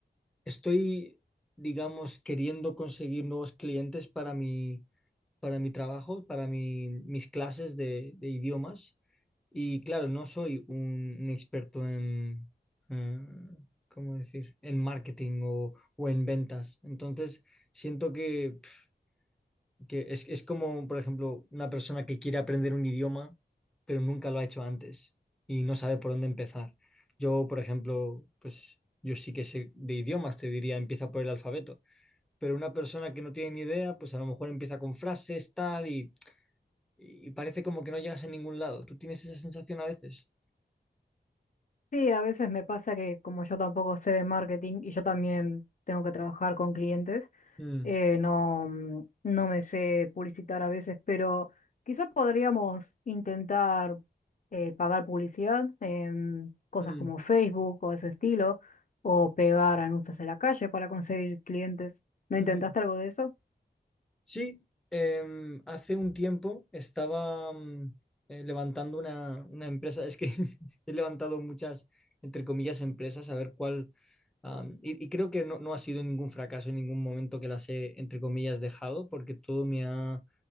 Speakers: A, in the centre; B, on the left.
A: estoy, digamos, queriendo conseguir nuevos clientes para mi para mi trabajo, para mi- mis clases de, de idiomas. Y claro, no soy un, un experto en, eh, ¿cómo decir?, en marketing o, o en ventas. Entonces, siento que, pf, que es, es como, por ejemplo, una persona que quiere aprender un idioma, pero nunca lo ha hecho antes y no sabe por dónde empezar. Yo, por ejemplo, pues yo sí que sé de idiomas, te diría, empieza por el alfabeto pero una persona que no tiene ni idea, pues a lo mejor empieza con frases, tal, y y parece como que no llegas a ningún lado. ¿Tú tienes esa sensación a veces?
B: Sí, a veces me pasa que como yo tampoco sé de marketing y yo también tengo que trabajar con clientes,
A: Mm,
B: eh, no, mm, no me sé publicitar a veces, pero quizás podríamos intentar eh, pagar publicidad en cosas
A: mm,
B: como Facebook o ese estilo, o pegar anuncios en la calle para conseguir clientes. ¿No
A: mm.
B: intentaste algo de eso?
A: Sí, em, hace un tiempo estaba mm, eh, levantando una, una empresa. Es que <laughs> he levantado muchas, entre comillas, empresas, a ver cuál... am, y, y creo que no, no ha sido ningún fracaso en ningún momento que las he, entre comillas, dejado, porque todo me ha